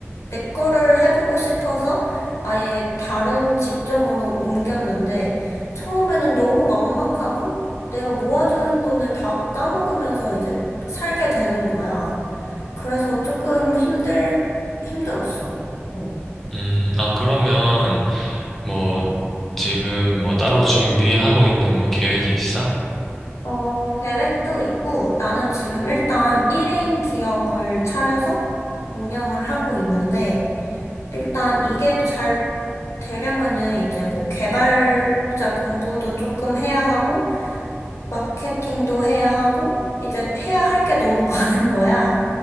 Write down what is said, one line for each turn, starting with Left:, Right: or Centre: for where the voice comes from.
Left: 내 거를 해보고 싶어서 아예 다른 직종으로 옮겼는데, 처음에는 너무 막막하고, 내가 모아둔 돈을 다 까먹으면서 이제 살게 되는 거야. 그래서 조금 힘들, 힘들었어. 어.
Centre: 음, 아, 그러면 뭐 지금 뭐 따로 준비하고 있는 뭐 계획이 있어?
Left: 어, 계획도 있고, 나는 지금 일단 1인 기업을 차려서 운영을 하고 있는데, 일단 이게 잘 되려면은 이제 뭐 개발자 공부도 조금 해야 하고, 마케팅도 해야 하고, 이제 해야 할 게 너무 <laughs> 많은 거야.